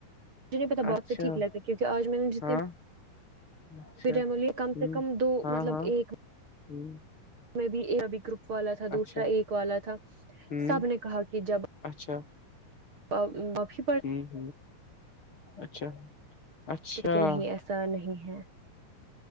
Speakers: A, on the right; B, on the left.
A: جہیں پتا بہت
B: اچھا
A: سے ٹھیک لگتا کیکہ آج میں نے جتنے
B: ہاں اچھا
A: پٹملیے کم
B: ہ
A: سے کم دو
B: ہاں
A: مطلب
B: ہاں
A: ایک
B: ہ
A: میں بھی ابھی گروپ والا تھا
B: اچھا
A: دوسرا ایک والا تھا
B: ہ
A: سب نے کہا کہ ک جب
B: اچھا
A: مف
B: جی ج اچھا اچھا
A: تو کہ نہیں ایسا نہیں ہے